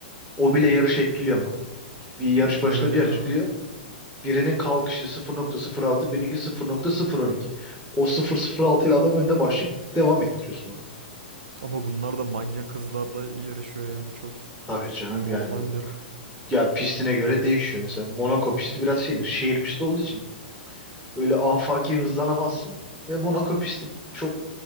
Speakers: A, in the centre; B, on the right.
A: O bile yarışı etkiliyor ama. Bir yarış
B: Etkilemeli
A: başında bir
B: ya.
A: açıklıyor. Birinin kalkışı 0.06, birininki 0.012. O sıfır nokta sıfır altı ile adam önde başlayıp devam ettiriyor sonra.
B: Ama bunlar da manyak kızlarda yarışıyor yani çok
A: Tabii canım
B: normaldir.
A: yani o- ya pistine göre değişiyor. Mesela Monaco pisti biraz şeydir. Şehir pisti olduğu için öyle afaki hızlanamazsın ve Monaco pisti çok